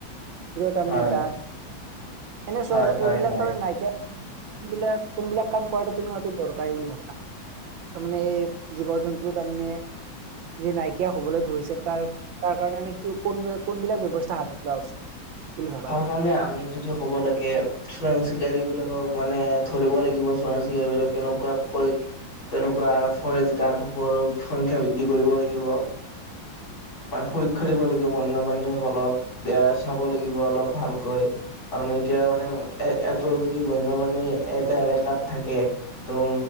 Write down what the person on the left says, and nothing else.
হয়
হয়
হয়
হয়।
তাৰ
কাৰণে আমি যদি ক'ব লাগে। চোৰাং চিকাৰী বিলাকক মানে ধৰিব লাগিব চোৰাং চিকাৰী বিলাক কেনেকুৱাকৈ তেনেকুৱা ফৰেষ্ট গাৰ্ড সকলৰ সংখ্যা বৃদ্ধি কৰিব লাগিব মানে সুৰক্ষা দিব লাগিব বন্যপ্ৰণীসকলক দিয়া চাব লাগিব। অলপ ভালকৈ কাৰণ এতিয়া মানে এ এটো যদি বন্যপ্ৰানণী এটা এলেকাত থাকে ত